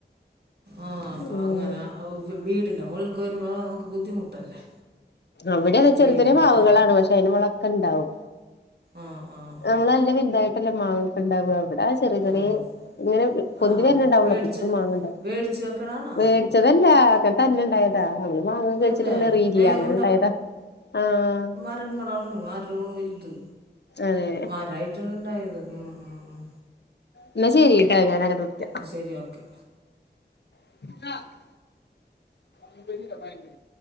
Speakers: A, on the right; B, on the left.
A: ആഹ് അപ്പൊ
B: ഉം
A: അങ്ങനെ വി വീടിന്റെ മുഗൾക്ക് വെരുമ്പോ ന്നമുക്ക് ബുദ്ധിമുട്ടല്ലേ.
B: അവ്ടെ വെച്ച്
A: വീടിനാ
B: ഒരു തരം മാവു കളാണ് പഷെ അയിന്റെ മോളോക്കെണ്ടാവും.
A: ആഹ് ആഹ് ആഹ്
B: ന്നമ്മളെല്ലാം വെൽതായിട്ടല്ലേ മാങ്ങക്കെണ്ടാവ ഇവടെ ആവ്ശ് ചെറിയെ ചെറിയെ
A: ആ
B: ഇങ്ങനെ പൊന്തി
A: ആ
B: വരന്ണ്ടാവോള്ളൂ
A: വേടിച്ചോ
B: അപ്പൊതെക്ക് മാങ്ങണ്ടവും
A: വേടിച്ച് വെക്കണാണോ
B: വെട് ച്ചതല്ലാ കൻ തന്നെണ്ടായതാ നമ്മള് മാങ്ങ കള്ച്ചിട്ട്ങ്ങനെ
A: അതെ
B: എറിയില്ലെ
A: വേഗം
B: അങ്ങനെണ്ടായതാ ആഹ്
A: ഇങ്ങളാണ് മരോണ് വെൽത്
B: അതെ
A: മരായിട്ടാണ് ണ്ടായത് ഉം ഉം ഉം
B: ഇന്നാ ശെരിട്ടാ ഞാനങ്ങട്ട് വിൾക്ക്യ
A: അഹ് ശെരി ഓക്കെ
B: <unintelligible> പയംമ്പോരിണ്ടോ പയംപൊരി